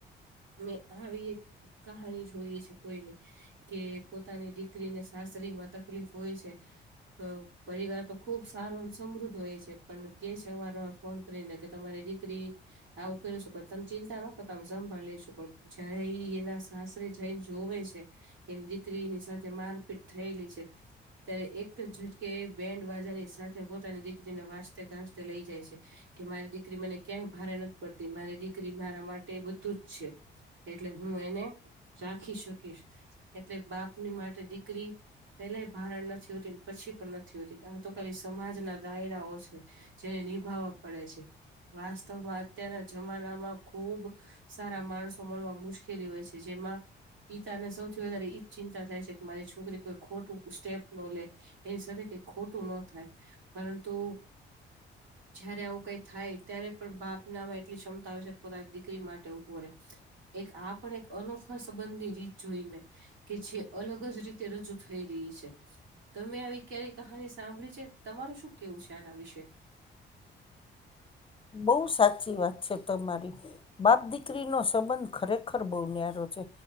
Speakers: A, on the right; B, on the left.
A: મેં આવી એક કહાની જોઈએ છે કોઈ નહીં કે પોતાની દીકરી ને સાસરીમાં તકલીફ હોય છે તો પરિવાર તો ખુબ સારો અને સમૃદ્ધ હોય છે. પણ કહે છે અવારનવાર ફોન કરીને કે તમારી દીકરી આવું કર્યું છે, પણ તમે ચિંતા ન કરતા અમે સંભાળી લેશું. પણ જયારે ઈ એના સાસરે જઈને જોવે છે કે એની દીકરીની સાથે મારપીટ થયેલી છે ત્યારે એક જ ઝટકે બેન્ડ વાજાની સાથે પોતાની દીકરીને વાસ જતે ગાજતે લઈ જાય છે. કે મારી દીકરી મને ક્યાંય ભારે નથ મારી દીકરી મારા માટે બધું જ છે, એટલે હું એને રાખી શકીશ. એટલે બાપની માટે દીકરી પેલાય ભારણ નથી હોતી, ને પછી પણ નથી હોતી. આ તો ખાલી સમાજના દાયરાઓ છે. જેને નિભાવવા પડે છે. વાસ્તવમાં અત્યારના જમાનામાં ખુબ સારા માણસો મળવામાં મુશ્કેલી હોય છે. જેમાં પિતાને સૌથી વધારે ઈજ ચિંતા થાય છે મારી છોકરી કોઈ ખોટું સ્ટેપ ન લે એની સાથે કઈ ખોટું ન થાય પરંતુ જયારે આવું કઈ થાય ત્યારે પણ બાપ નામાં એટ ક્ષમતા હોય છે પોતાની દીકરી માટે ઉભો રે. એક આ પણ એક અનોખા સંબંધ ની રીત જોઈ મેં. કે જે અલગ જ રીતે રજૂ થઈ રહી છે. તમે આવી ક્યારે કહાની સાંભળી છે, તમારું શું કેવું છે આના વિશે?
B: બહુ સાચી વાત છે તમારી. બાપ દીકરીનોો સંબંધ ખરેખર બહુ ન્યારો છે.